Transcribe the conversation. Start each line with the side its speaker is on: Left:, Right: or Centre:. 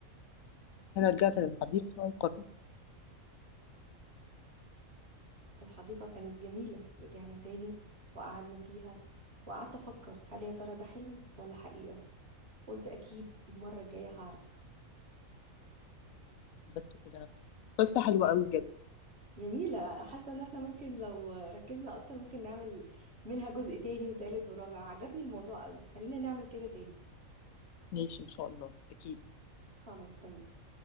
Left: أنا رجعت للحديقة وقررت
Right: الحديقة كانت جميلة رجعنا تاني وقعدنا فيها وقعدت أفكر هل يا ترى ده حلم ولا حقيقة قلت أكيد المرة الجاية هعرف
Left: بس كده قصة حلوة أوي بجد
Right: جميلة حاسة إن احنا ممكن لو ركزنا أكتر ممكن نعمل منها جزء تاني وتالت ورابع عجبني الموضوع قوي خلينا نعمل كده تاني
Left: ماشي ان شاء الله اكيد
Right: خلاص تمام